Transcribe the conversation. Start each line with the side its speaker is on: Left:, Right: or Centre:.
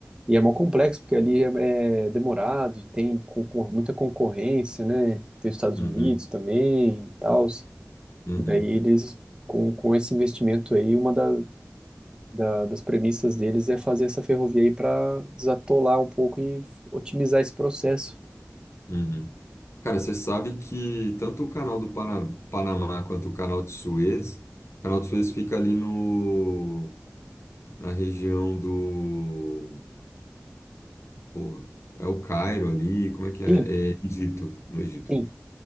Right: E é mó complexo, porque ali é, é demorado e tem concor- muita concorrência, né? Tem os Estados
Left: Uhum,
Right: Unidos também e tal.
Left: uhum,
Right: E daí eles, com, com esse investimento aí, uma da, da- das premissas deles é fazer essa ferrovia aí para desatolar um pouco e otimizar esse processo.
Left: uhum. Cara, você sabe que tanto o canal do Pana- Panamá quanto o canal de Suez, o canal de Suez fica ali no, na região do Pô, é o Cairo ali, como é que é?
Right: Sim,
Left: É Egito, no Egito.
Right: sim.